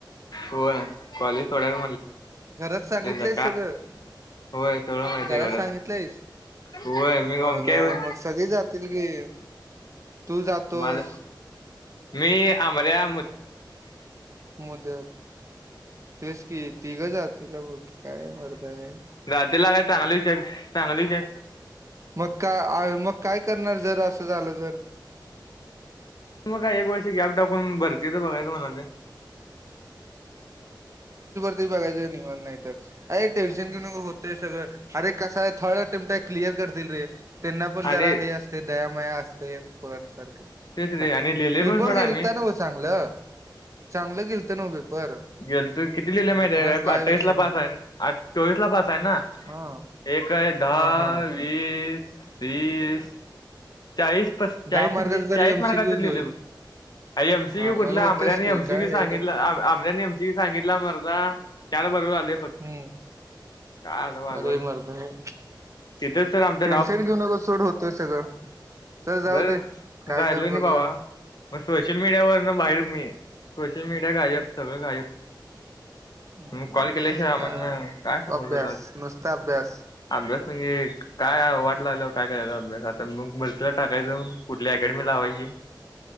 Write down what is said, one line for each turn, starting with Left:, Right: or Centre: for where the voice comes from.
Left: होय कॉलेज सोडायला
Right: घरात सांगितलंयस
Left: म्हणले का
Right: सगळं
Left: होय सगळं माहिती
Right: घरात
Left: आहे
Right: सांगितलंयस
Left: होय मी
Right: मजा
Left: ओमक्या आहे होय.
Right: म गसगळी जातील की तू जातोस
Left: माझ मी अमर्या
Right: मुद्या तेच कि तिघं जातीला काय वाडताये.
Left: रातेला काय चांगलं <unintelligible>
Right: मका आय म काय करणार जर असं झालं तर?
Left: मग काय एक वर्ष गॅप टाकून भरतीच बघायचं म्हणलोय
Right: ते बघायचं निवांत नाहीतर. अरे टेन्शन घेऊ नकोस ते सगळं अरे कस आहे थर्ड टीम आहे क्लिअर करतील रे त्यांना पण
Left: आणि
Right: जरा हे असतय दया मया असत पुरणसारख
Left: तेच
Right: साठी
Left: रे आणि लिहिले
Right: पेपर
Left: पण सोड
Right: गेलता
Left: आम्ही
Right: नव चांगलं चांगलं गेलत नव पेपर.
Left: गेल तू किती लिहिले
Right: हम्म,
Left: माहितीे
Right: मग
Left: का
Right: काय
Left: अठ्ठावीस
Right: विषय
Left: ला
Right: नाही
Left: पास आहे चोवीस ला पास आहे ना
Right: हा
Left: एक. दहा
Right: हा हा
Left: वीस तीस चाळीस पस चाळीस
Right: दहा
Left: पंचेचाळीस
Right: मार्गाचा तरी
Left: चाळीस
Right: एमसीक्यूच
Left: मार्कच लिहिलय
Right: होईल
Left: बघ एमसी
Right: हा
Left: क्यू कुठल
Right: मग होतेच
Left: आमऱ्याने
Right: की
Left: एमसी
Right: काय
Left: क्यू
Right: एवढं
Left: आमऱ्याने सांगितला मर्दा आम एमसी क सांगितला मर्दा चार बरोबर आलय फक्त
Right: हम्म
Left: काय आता वाजवायचं
Right: अरे मर्दा हे
Left: तिथेच तर आमचा
Right: टेन्शन घेऊ नकोस सोड होतय सगळं. चल जाऊ
Left: बस
Right: दे काय
Left: राहिलो
Right: तर
Left: की
Right: बघूया
Left: भावा मग सोशल मीडियावर बाहेर मी सोशल मीडिया गायब सगळं गायब
Right: हम्म,
Left: मग कॉल केल्याशिवाय
Right: नुसता
Left: आम्हना काय सांगू
Right: अभ्यास
Left: तुला
Right: नुसता अभ्यास
Left: अभ्यास न की काय वाट लागल्या काय करायचं अभ्यास आता मग त टाकायचं कुठल्या अकॅडमी लावायची